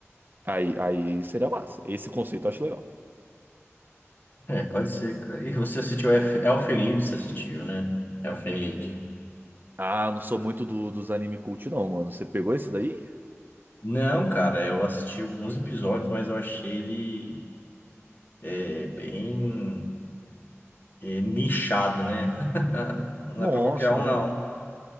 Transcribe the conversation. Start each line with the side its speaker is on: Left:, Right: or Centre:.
Right: Aí, aí seria massa. Esse conceito eu acho legal.
Left: É, pode ser, cara. E você assistiu Elf- Elfenlied, você assistiu, né? Elfenlied.
Right: Ah, eu não sou muito do, dos anime cult, não, mano. Você pegou esse daí?
Left: Não, cara, eu assisti alguns episódios, mas eu achei ele é, bem é, nichado, né? <laughs> Não
Right: Nossa,
Left: é pra qualquer um,
Right: Dan.
Left: não.